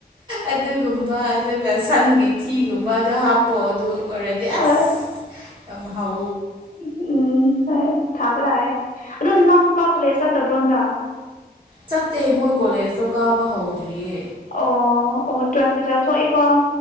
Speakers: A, on the right; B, on the left.
A: ꯑꯗꯨꯒꯨꯝꯕ ꯑꯗꯨꯒ ꯁꯟꯒꯤ ꯊꯤꯒꯨꯝꯕ ꯑꯗꯣ ꯍꯥꯞꯄꯣ ꯑꯗꯨ ꯑꯣꯏꯔꯗꯤ ꯑꯁ
B: ꯑ
A: ꯌꯥꯝ ꯍꯥꯎ
B: ꯎꯝ ꯍꯥꯏ ꯄꯥꯕ ꯂꯥꯛꯑꯦ ꯑꯗꯨ ꯅꯅꯥꯎꯄꯥ ꯀꯂꯦꯁ ꯆꯠꯇꯕ꯭ꯔꯣ ꯍꯟꯗꯛ
A: ꯆꯠꯇꯦ ꯃꯣꯏ ꯀꯣꯂꯦꯖ ꯇꯣ ꯀꯥꯕ ꯍꯧꯗ꯭ꯔꯤꯌꯦ
B: ꯑꯣ ꯑꯣ ꯇꯋ꯭ ꯑꯦꯜꯐ ꯔꯤꯖꯜ ꯊꯣꯛꯑꯦꯀꯣ